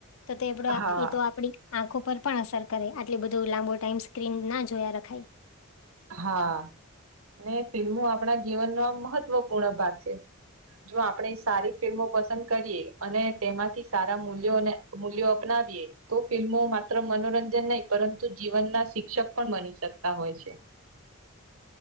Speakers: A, on the left (about 70°); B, on the right (about 70°).
A: તો તેડા
B: હા
A: એ તો આપડી આંખો પર પણ અસર કરે આટલી બધુ લાંબો ટાઈમ સ્ક્રીનના જોયા, રખાય
B: હા અને ફિલ્મો આપણા જીવનમા મહત્વપૂર્ણ ભાગ છે, જો આપણે સારી ફિલ્મો પસંદ કરીએ અને તેમાંથી સારા મૂલ્યોને અપનાવીએ તો ફિલ્મો માત્ર મનોરંજન નહી, પરંતુ જીવનના શિક્ષક પણ બની શકતા હોય છે.